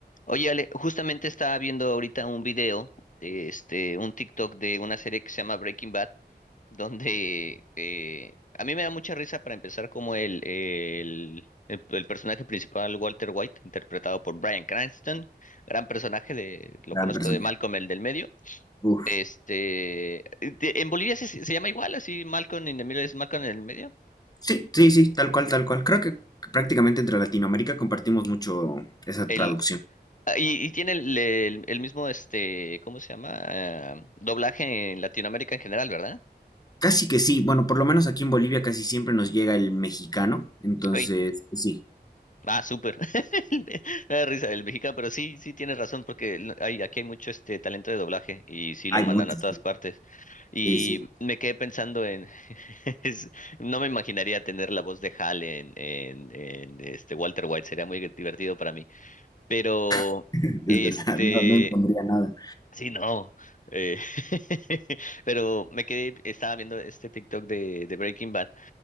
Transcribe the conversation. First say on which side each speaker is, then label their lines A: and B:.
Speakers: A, on the left; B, on the left.
A: Oye, Ale, justamente estaba viendo ahorita un video de este, un TikTok de una serie que se llama Breaking Bad, donde eh, a mí me da mucha risa para empezar como el, el, el, el personaje principal, Walter White, interpretado por Bryan Cranston, gran personaje de, lo
B: Gran
A: conozco
B: personaje.
A: de Malcolm, el del medio.
B: Uf.
A: Este, de- en Bolivia se, se llama igual, así Malcolm in the Middle es Malcolm en el medio.
B: Sí, sí, sí, tal cual, tal cual. Creo que prácticamente entre Latinoamérica compartimos mucho esa
A: El,
B: traducción.
A: Ah, Y, y tiene el, el- el mismo, este, ¿cómo se llama? Ah, doblaje en Latinoamérica en general, ¿verdad?
B: Casi que sí, bueno, por lo menos aquí en Bolivia casi siempre nos llega el mexicano, entonces
A: Ok.
B: pues sí,
A: Ah, súper. <laughs> Me da risa el mexicano, pero sí, sí tienes razón, porque l- hay, aquí hay mucho este talento de doblaje y sí
B: hay
A: lo mandan
B: muchos.
A: a todas partes. Y
B: Sí, sí,
A: me quedé pensando en, <laughs> es- no me imaginaría tener la voz de Hal en, en, en este Walter White, sería muy divertido para mí. Pero,
B: <laughs> es
A: este,
B: verdad, no, no impondría nada.
A: sí, no. eh, <laughs> pero me quedé, estaba viendo este TikTok de, de Breaking Bad.